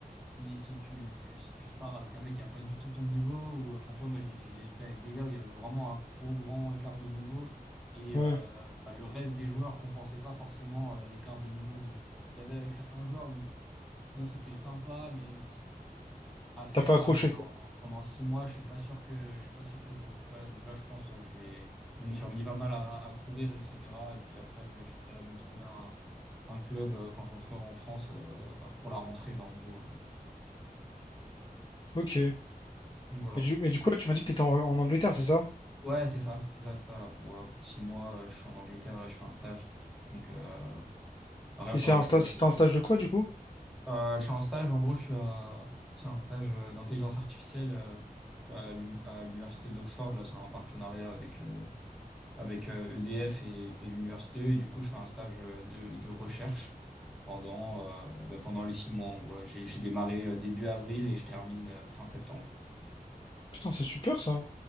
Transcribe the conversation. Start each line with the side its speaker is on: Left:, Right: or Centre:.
Centre: Si, si tu, si tu parles avec un mec qui n'a pas du tout ton niveau, ou euh, enfin, tu vois, moi j'ai j'ai été avec des gars où il y avait vraiment un gros grand écart de niveau, et
Left: Ouais,
Centre: euh, bah, le reste des joueurs compensait pas forcément euh, l'écart de niveau de, qu'il y avait avec certains joueurs. Donc, bon, c'était sympa, mais à faire
Left: t'as pas accroché,
Centre: là pendant,
Left: quoi.
Centre: pendant six mois, je suis pas sûr que, je suis pas sûr que je referais. Donc là, je pense euh, je vais, je me suis remis pas mal à, à courir, etc. Et puis après, j'ai- j'essaierai de me trouver un, un club euh, quand j'entrerai en France euh, pour la rentrée, là, en gros. euh.
Left: Ok. Et
Centre: Voilà.
Left: du, mais du coup, là, tu m'as dit que t'étais en, en Angleterre, c'est ça?
Centre: Ouais, c'est ça, c'est ça, ça, là, pour, euh, pour six mois, euh, je suis en Angleterre, et je fais un stage. Donc, euh, bref,
Left: Et c'est
Centre: faudrait
Left: un
Centre: que
Left: stage,
Centre: je vois.
Left: c'était
Centre: pour-
Left: un stage
Centre: Euh,
Left: de quoi, du coup?
Centre: euh, je suis en stage, en gros, je suis à, c'est un stage euh, d'intelligence artificielle euh, à l'uni- à l'université d'Oxford, là, c'est un partenariat avec, euh, avec euh, EDF et, et l'université, et du coup, je fais un stage euh, de, de recherche pendant, euh, bah, pendant les six mois, en gros, là, j'ai, j'ai démarré euh, début avril et je termine euh, fin septembre.
Left: Putain, c'est super, ça.